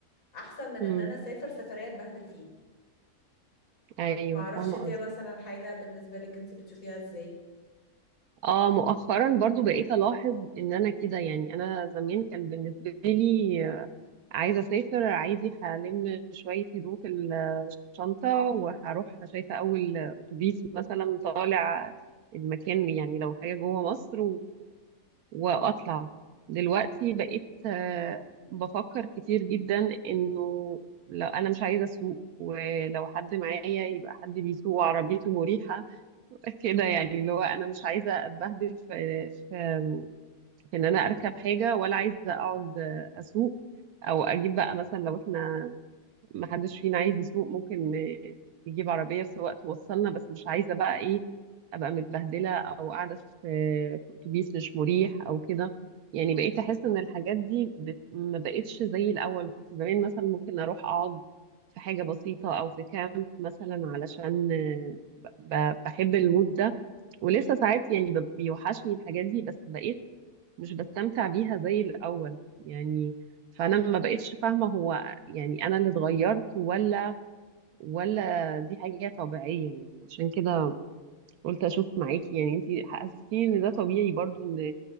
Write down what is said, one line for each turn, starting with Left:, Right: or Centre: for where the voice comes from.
Left: أحسن من
Right: مم.
Left: إن أنا أسافر سفرية أتبهدل فيها
Right: ايوه
Left: معرفش
Right: فاهمه
Left: دي
Right: قصدك
Left: مثلا حاجة بالنسبة لك أنت بتشوفيها إزاي
Right: اه مؤخرا برضو بقيت الاحظ ان انا كده يعني انا زمان كان بالنسبه لي آه، عايزه اسافر عايزي هلم شويه هدوم في الشنطه وهروح شايفه اول اتوبيس مثلا طالع المكان يعني لو حاجه جوه مصر واطلع دلوقتي بقيت آه، بفكر كتير جدا انه لو انا مش عايزه اسوق ولو حد معايا يبقى حد بيسوق وعربيته مريحه <laughs> كده يعني اللي هو انا مش عايزه اتبهدل في في في ان انا اركب حاجه ولا عايزه اقعد آه، اسوق او اجيب بقى مثلا لو احنا ما حدش فينا عايز يسوق ممكن ن- نجيب عربية سواق توصلنا بس مش عايزة بقى ايه ابقى متبهدلة او قاعدة في في اتوبيس مش مريح او كده يعني بقيت احس ان الحاجات دي بت... ما بقتش زي الاول كنت زمان مثلا ممكن اروح اقعد في حاجة بسيطة او في كامب مثلا علشان آه، ب... ب- بحب المود ده ولسه ساعات يعني ب- بيوحشني الحاجات دي بس بقيت مش بستمتع بيها زي الأول يعني فأنا ما بقتش فاهمة هو يعني أنا اللي اتغيرت ولا ولا دي حاجة طبيعية يعني عشان كده قلت أشوف معاكي يعني أنتي حسستيني إن ده طبيعي برضو إن